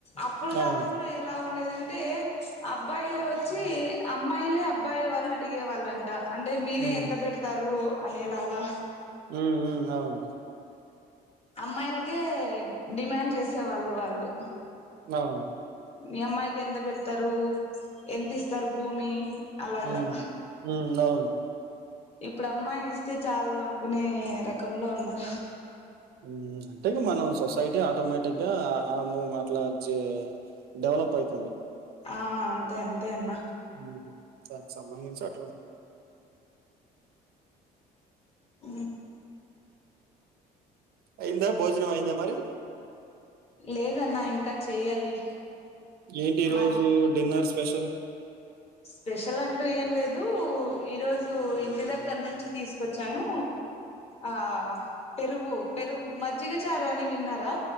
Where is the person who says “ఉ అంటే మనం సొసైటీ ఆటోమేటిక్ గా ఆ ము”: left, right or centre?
Right